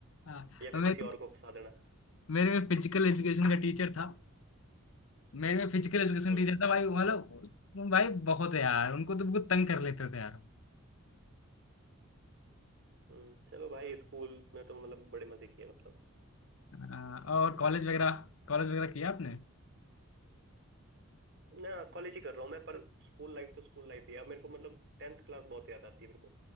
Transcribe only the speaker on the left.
हाँ,
मेरे
मेरे में फिजिकल एजुकेशन का टीचर था मेरे फिजिकल एजुकेशन
टीचर था भाई मतलब भाई बहुत है यार उनको तो बहुत तंग कर लेते थे यार
अ, और कॉलेज वगैरह कॉलेज वगैरह किया आपने